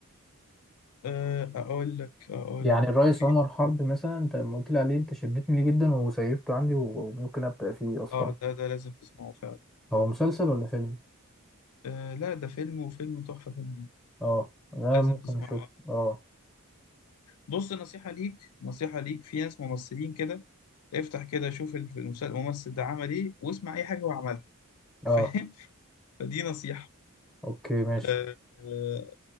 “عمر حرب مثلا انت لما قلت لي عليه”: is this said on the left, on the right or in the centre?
Centre